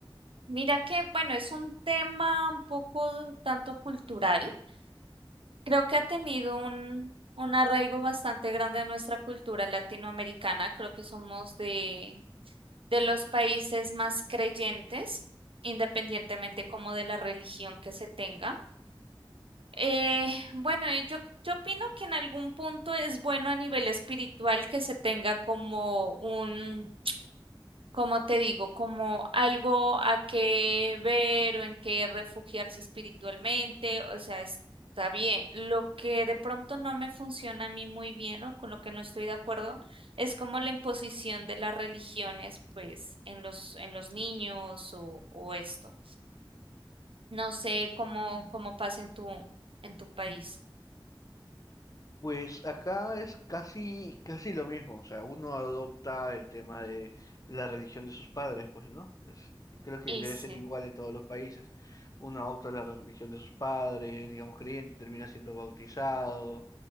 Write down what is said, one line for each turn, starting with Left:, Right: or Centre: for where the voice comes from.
Right: Mira que, bueno, es un tema un poco tanto cultural. Creo que ha tenido un, un arraigo bastante grande en nuestra cultura latinoamericana. Creo que somos de de los países más creyentes, independientemente como de la religión que se tenga. Eh, bueno, y yo, yo opino que en algún punto es bueno a nivel espiritual que se tenga como un como te digo, como algo a qué ver o en qué refugiarse espiritualmente, o sea, está bien. Lo que de pronto no me funciona a mí muy bien o con lo que no estoy de acuerdo es como la imposición de las religiones, pues, en los, en los niños o, o esto. No sé cómo, cómo pasa en tu, en tu país.
Left: Pues acá es casi, casi lo mismo, o sea, uno adopta el tema de la religión de sus padres, pues, ¿no? Es- creo que
Right: Y
Left: debe
Right: sí.
Left: ser igual en todos los países. Uno adopta la religión de sus padres, digamos creyente, termina siendo bautizado,